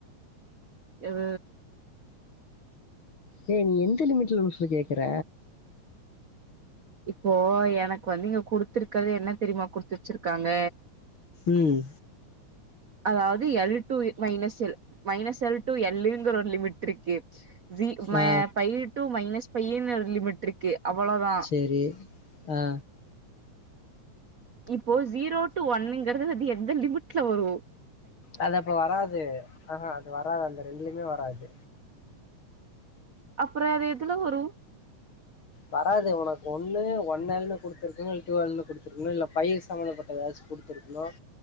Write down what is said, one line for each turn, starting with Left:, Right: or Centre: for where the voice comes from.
Right: எது
Left: ஏ நீ எந்த லிமிட்ல லூசு கேக்கற
Right: இப்போ எனக்கு வந்து இங்க குடுத்துரு கறது என்ன தெரியுமா குடுத்து வெச்சிருக்காங்க
Left: ம்
Right: அதாவது L two minus L minus L two எல்லுங்கற ஒரு லிமிட்ருக்கே ஜி ம
Left: ஆ
Right: பைய்ல் டூ மைனஸ் பையன லிமிட் இருக்கு அவ்வளோதா
Left: சேரி ஆ
Right: இப்போ ஜீரோ டு ஒன்னுங்கிறது அது எந்த லிமிட்ல வரும்
Left: அது அப்ப வராது ஆஹா அது வராது அந்த ரெண்டுலயுமே வராது
Right: அப்புற அது எதுல வரு
Left: வராது உனக்கு ஒண்ணு ஒன்னல்னு குடுத்தருக்கணும் இல்ல டூ எல்லுனு குடுத்துருக்கணும் இல்ல ஃபை செவன் பட் ஏதாச்சு குடுத்துருக்கணும்